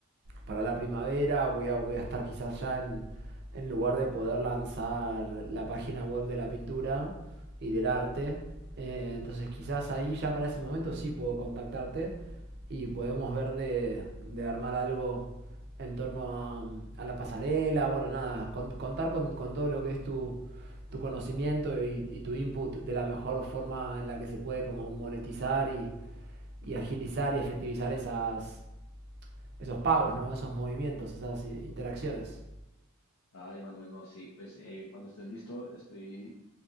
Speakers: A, on the right; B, on the left.
A: para la primavera voy a, voy a estar quizás ya en, en lugar de poder lanzar la página web de la pintura y del arte. eh, entonces quizás ahí ya para ese momento sí puedo contactarte y podemos ver de, de armar algo en torno a, a la pasarela, bueno, nada, con- contar con, con todo lo que es tu, tu conocimiento y, y tu input de la mejor forma en la que se puede como monetizar y, y agilizar y efectivizar esas, esos pagos, ¿no? Esos movimientos, esas interacciones.
B: Dale, Manuel, no, sí, pues eh, cuando estés listo estoy